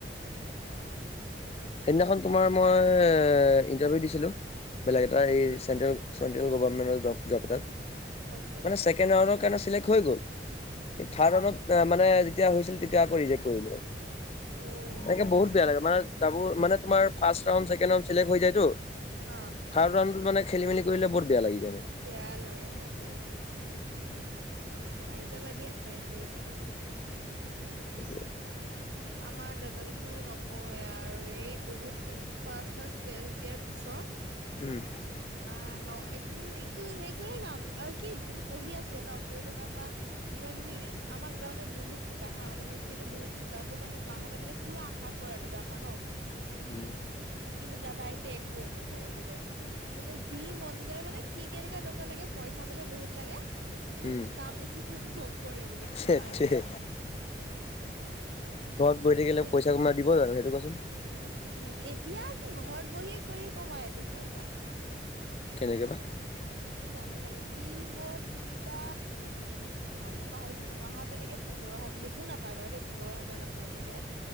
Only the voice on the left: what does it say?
সেইনাখন তোমাৰ মই ইণ্টাৰভিউ দিছিলো বলেগ এটা
চেণ্ট্ৰেল চেট্ৰেল গেটৰ জব এ
মানে চেকেণ্ড
ৰাউণ্ডৰ কাৰনে চিলেক্ট হৈ গল কিন্ত থাৰ্ডত মানে যেতিয়া হৈছিল তেতিয়া আকৌ জ কৰিল।
এনেকে
বহুত বেয়া লাগে মানে ড মানে তমাৰ ফাৰ চ হৈ যায়তো।
সাৰ ৰাত মানে খেলি মেলি কৰিলে বহুত বেয়া লাগিছে।
সেইটোৱে
উম
উম,
উম,
সেইটোৱে
ঘৰত বহি
থাকিলে পইচা কোনোবাই দিব জানো কোৱাচোন
কেনেকৈ বা